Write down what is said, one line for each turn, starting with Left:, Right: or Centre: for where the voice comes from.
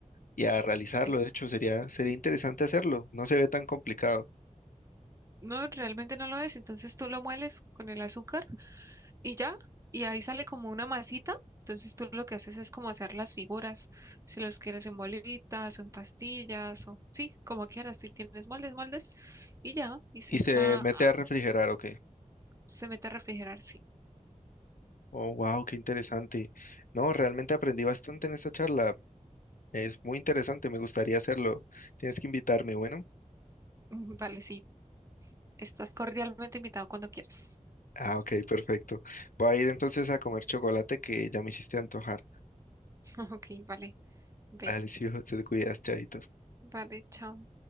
Left: y a realizarlo,
Right: sí.
Left: de hecho sería sería interesante hacerlo, no se ve tan complicado.
Right: No, realmente no lo es. Entonces tú lo mueles con el azúcar y ya, y ahí sale como una masita. Entonces tú lo que haces es como hacer las figuras, si los quieres en bolitas o en pastillas o sí, como quieras, si tienes moldes, moldes y ya, y se
Left: ¿Y
Right: echa,
Left: se mete
Right: a-
Left: a refrigerar o
Right: se mete a refrigerar, sí.
Left: Oh, wow, qué interesante. No, realmente aprendí bastante en esta charla. Es muy interesante, me gustaría hacerlo. Tienes que invitarme, bueno.
Right: <laughs> Vale, sí, estás cordialmente invitado cuando quieras.
Left: Ah, ok, perfecto. Voy a ir entonces a comer chocolate que ya me hiciste antojar.
Right: <laughs> Ok, vale, ve,
Left: Dale, <laughs> sí, hijo, te cuidas, chaito.
Right: vale, chao.